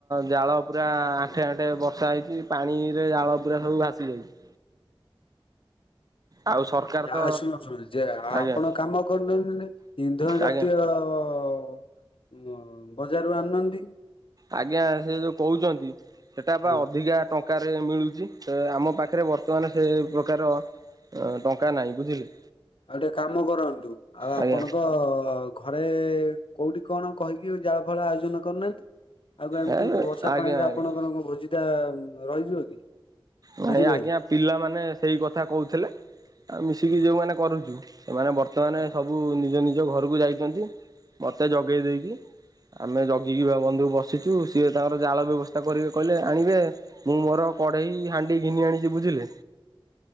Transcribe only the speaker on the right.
ଜାଳ ପୁରା ଆଣ୍ଠେ ଆଣ୍ଠେ ବର୍ଷା ହେଇଛି ପାଣି ରେ ଜାଳ ପୁରା ସବୁ ଭାସିଯାଇଛି। ଆଉ ସରକାର
ତ
ଆଜ୍ଞା
ଆଜ୍ଞା
ଆଜ୍ଞା ସେ ଯୋଉ କହୁଛନ୍ତି ସେଟା
ବା ଅଧିକାର ଟଙ୍କାରେ ମିଳୁଛି ତ ଆମ ପାଖରେ ବର୍ତ୍ତମାନ ସେ ପ୍ରକାର ଅ ଟଙ୍କା ନାଇଁ ବୁଝିଲେ।
ଆଜ୍ଞା
ଏ
ଆଜ୍ଞା
ଆଜ୍ଞା।
ନାଇ
ଆଜ୍ଞା ପିଲାମାନେ ସେଇ କଥା କହୁଥିଲେ ଆଉ ମିଶିକି
ଯୋଉମାନେ କରୁଛୁ ସେମାନେ ବର୍ତ୍ତମାନ
ସବୁ ନିଜ ନିଜ ଘରକୁ ଯାଇଛନ୍ତି ମତେ ଜଗେଇ
ଦେଇକି। ଆମେ ଜଗିକି ବା ବନ୍ଧୁ ବସିଛୁ ସିଏ ତାଙ୍କର ଜାଳ ବ୍ୟବସ୍ଥା କରିକି କହିଲେ ଆଣିବେ। ମୁଁ ମୋର କଢେଇ, ହାଣ୍ଡି ଘିନି ଆଣିଛି ବୁଝିଲେ